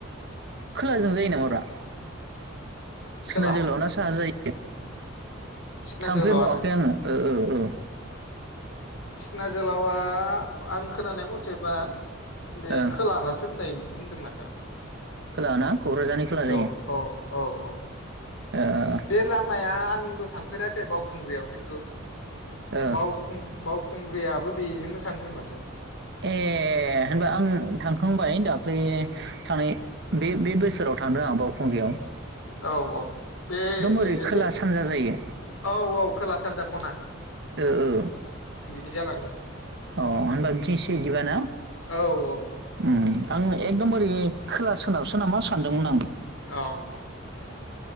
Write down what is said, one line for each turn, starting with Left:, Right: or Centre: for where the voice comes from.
Right: खोलाजों जायो नामा ब्रा? सिखोना
Left: खोला
Right: जोलाव ना साहा जायो
Left: सिखना
Right: थांफेरबावाखै
Left: जोहोलावा ना
Right: ओ ओ ओ।
Left: सिखना जोलावआ आं खोनानाय मथेबा बे
Right: ओ
Left: खोला हासोननाय बुंदों माथो
Right: खोलाना क'क्राझारनि खोला
Left: औ
Right: जायो।
Left: औ औ
Right: ओ
Left: बे लामाया आं बो थांफेराखै बावखुंग्रियाव खिन्थु
Right: ओ
Left: बावखुं बावखुंग्रियाबो बेजोंनो थाङोनो माथो।
Right: ए होनबा आं थांखांबाय दाख्लै थांनाय बे बे बोसोराव थांदों आंहा बावखुंगियाव।
Left: औ औ बे
Right: ओरै
Left: ए-एसे
Right: खोला सानजा जायो
Left: ओ-औ औ खोला सानजा ख'ना।
Right: ओ ओ
Left: बिदि जालाङो
Right: अ होनबा बिथिंसे बिदिब ना?
Left: औ औ औ
Right: उम आं एखदम
Left: उम
Right: बोरै खोलासो सोनाबसो नामा सानदोंमोन आं।
Left: औ औ उम